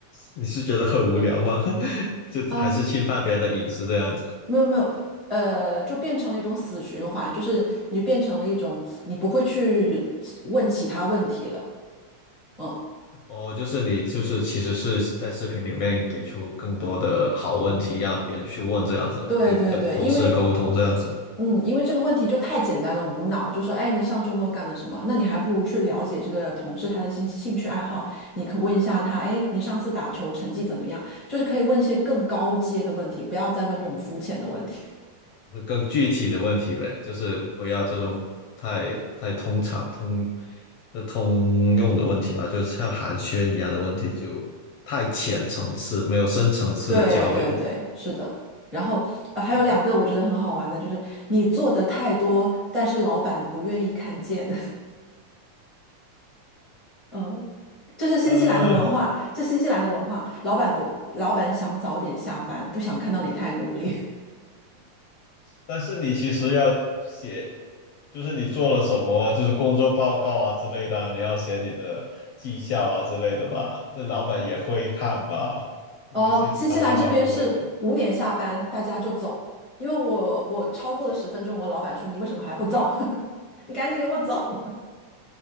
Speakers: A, on the left (about 70°); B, on the right (about 15°).
A: 你是觉得很无聊吗？<laughs> 就还是侵犯别人的隐私这样子？
B: 啊，没有没有，呃，就变成了一种死循环，就是你变成了一种你不会去问其他问题了。嗯，
A: 哦，就是你，就是其实是在视频里面给出更多的好问题，让别人去问这样子，
B: 对对对，
A: 就跟同事沟通这样子，
B: 因为嗯，因为这个问题就太简单了，无脑就说，哎，你上周末干了什么？那你还不如去了解这个同事他的兴兴趣爱好，你可问一下他，哎，你上次打球成绩怎么样？就是可以问一些更高阶的问题，不要再问这种肤浅的问题。
A: 更具体的问题呗，就是不要这种太太通常通就通用的问题吧，就像寒暄一样的问题，就太浅层次，没有深层次的交流。
B: <laughs> 对对对，是的。然后，
A: <laughs>
B: 呃还有两个我觉得很好玩的，就是你做的太多，但是老板不愿意看见。<laughs> 嗯，这是新西兰的文化，
A: 呃，
B: 这新西兰的文化，老板不，老板想早点下班，不想看到你太努力。
A: 但是你其实要写，就是你做了什么啊就是工作报告啊之类的啊你要写你的绩效啊之类的吧？那老板也会看吧？那个新西兰老板不会，
B: 哦，新西兰这边是五点下班，大家就走，因为我我超过了十分钟，我老板说你为什么还不走？<laughs> 你赶紧给我走。